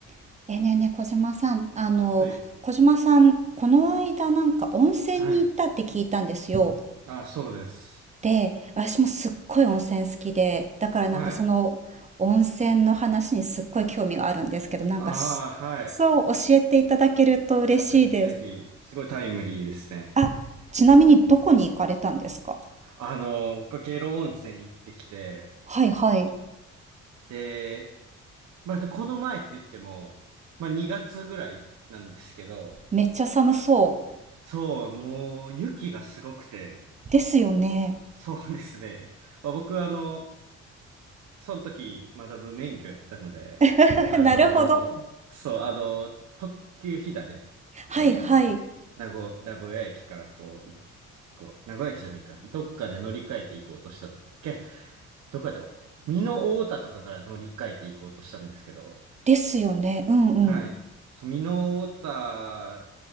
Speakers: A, on the right; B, on the right.
A: ねえねえねえ、小島さん、あの、
B: はい。
A: 小島さん、この間なんか温泉に行ったって聞いたんですよ。
B: はい。あ、そうです。
A: で、私もすっごい温泉好きで、だからなんかその温泉の話にすっごい興味があるんですけど、
B: はい。
A: なんかし、
B: ああ、はい。
A: そう教えていただけると嬉しいです。
B: あ、ぜひぜひ、すごいタイムリーですね。
A: あ、ちなみにどこに行かれたんですか
B: あの、僕、下呂温泉行ってきて、
A: はいはい。
B: で、まあ、でこの前って言っても、まあ、2月ぐらいなんですけど、
A: めっちゃ寒そ
B: そう、もう、雪がすごくて、
A: う。ですよね。
B: そうですね。まあ、僕、あの、その時、まだ無免許やったので、
A: <laughs> ふふなるほど。
B: あのーそう、あのー特急ひだで、
A: はいはい。
B: えー、名古、名古屋駅からこう、いこう、名古屋駅じゃないか、どっかで乗り換えていこうとしたんだっけ、どっかで、美濃太田とかから乗り換えていこうとしたんですけど、
A: ですよね。うんうん。
B: はい。そう、美濃太田